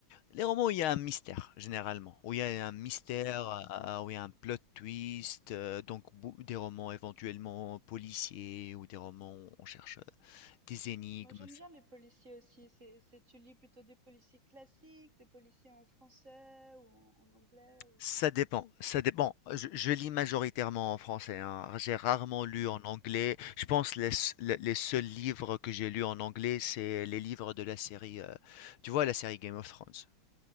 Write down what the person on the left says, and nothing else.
les romans où il y a un mystère, généralement, où il y a un mystère,
euh, où il y a un plot twist, euh, donc bou- des romans éventuellement policiers ou des romans où on cherche euh, des énigmes.
Ça dépend, ça dépend. Je, je lis majoritairement en français, hein. J'ai rarement lu
en anglais. Je pense les, s- le- les seuls livres que j'ai lus en anglais, c'est les livres de la série, euh, tu vois, la série Game of Thrones.